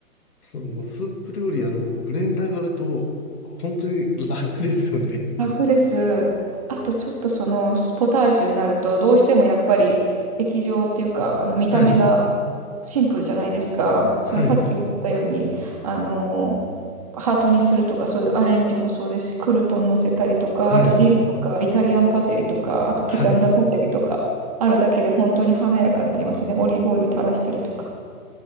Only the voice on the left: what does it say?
そのスープ料理、あの、ブレンダーがあると、本当に楽ですよね。
はい、
はい、
はい、はい。